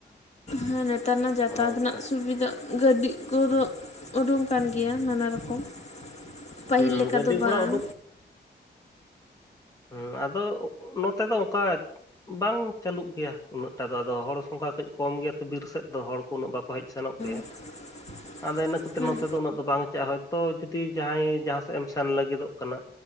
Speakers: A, on the left; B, on the left.
A: ᱦᱮᱸ ᱱᱮᱛᱟᱨ ᱨᱮᱱᱟᱜ ᱡᱟᱛᱟᱭᱥᱛ
B: ᱚᱱᱮ ᱚᱱᱠᱟ
A: ᱨᱮᱱᱟᱜ ᱥᱩᱵᱤᱫᱟ᱾ ᱜᱟᱹᱰᱤ ᱠᱚᱫᱚ ᱩᱰᱩᱝ ᱠᱟᱱ ᱜᱮᱭᱟ ᱱᱟᱱᱟ ᱨᱚᱠᱚᱢ᱾ ᱯᱟᱹᱦᱤᱞ
B: ᱦᱮᱸ
A: ᱞᱮᱠᱟ
B: ᱜᱟᱹᱰᱤ
A: ᱫᱚ ᱵᱟᱝ᱾
B: ᱜᱷᱚᱲᱟ ᱩᱰᱩᱠ ᱦᱩᱸ ᱟᱫᱚ ᱱᱚᱛᱮ ᱫᱚ ᱚᱝᱠᱟ ᱵᱟᱝ ᱪᱟᱹᱞᱩᱜ ᱜᱮᱭᱟ ᱩᱱᱟᱹᱜ ᱴᱟ ᱫᱚ ᱟᱫᱚ ᱦᱚᱲ ᱥᱚᱝᱠᱟ ᱠᱟᱹᱡ ᱠᱚᱢ ᱜᱮᱭᱟ ᱛᱚ ᱵᱤᱨ ᱥᱮᱫ ᱫᱚ ᱦᱚᱲ ᱠᱚ ᱩᱱᱟᱹᱜ ᱵᱟᱠᱚ ᱦᱮᱡ ᱥᱮᱱᱚᱜ ᱜᱮᱭᱟ᱾
A: <inaudible>
B: ᱟᱫᱚ ᱤᱱᱟᱹ ᱠᱷᱟᱹᱛᱤᱨ
A: ᱦᱮᱸ
B: ᱱᱚᱛᱮ ᱫᱚ ᱩᱱᱟᱹᱜ ᱫᱚ ᱵᱟᱝ ᱪᱮᱜ-ᱟ ᱦᱚᱭᱛᱳ ᱡᱩᱫᱤ ᱡᱟᱦᱟᱸᱭ ᱡᱟᱦᱟᱸ ᱥᱮᱜ ᱮᱢ ᱥᱮᱱ ᱞᱟᱹᱜᱤᱫᱚᱜ ᱠᱟᱱᱟ᱾